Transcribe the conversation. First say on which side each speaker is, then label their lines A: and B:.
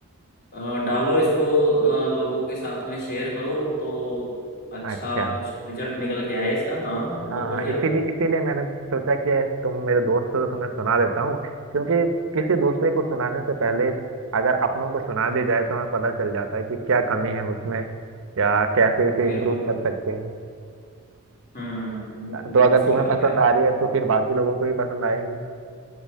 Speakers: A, on the left; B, on the right.
A: अ, डालो इसको अ, लोगों के साथ में शेयर करो तो अच्छा
B: अच्छा
A: कुछ रिजल्ट निकल के आए इसका हाँ बहुत
B: हाँ
A: बढ़िया
B: इसीलिए इसीलिए मैंने सोचा कि तुम मेरे दोस्त हो तो तुम्हें सुना देता हूँ क्योंकि किसी दूसरे को सुनाने से पहले अगर अपनों को सुना दी जाए तो हमें पता चल जाता है कि क्या कमी है उसमें या कैसे उसे
A: बिल्कुल
B: इम्प्रूव
A: बिल्कुल
B: कर सकते हैं
A: हम्म बिल्कुल
B: तो
A: ये
B: अगर
A: तो सही
B: तुम्हें
A: कहा
B: पसंद
A: खैर
B: आ रही है तो फिर बाकी लोगों को भी पसंद आएंगी